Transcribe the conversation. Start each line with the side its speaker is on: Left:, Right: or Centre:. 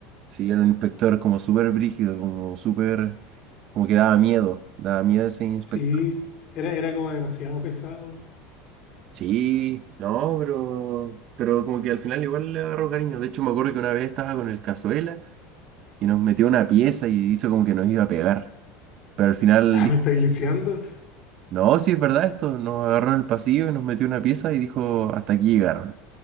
Right: Sí, era un inspector como súper brígido, como súper, como que daba miedo, daba miedo ese inspector.
Left: Sí, era, era como demasiado pesado.
Right: Sí, no, pero, pero como que al final igual le agarró cariño. De hecho, me acuerdo que una vez estaba con el Cazuela y nos metió una pieza y hizo como que nos iba a pegar. Pero al final
Left: Ah, ¿me estáis lisiando?
Right: No, sí es verdad esto. Nos agarró en el pasillo y nos metió en una pieza y dijo, hasta aquí llegaron.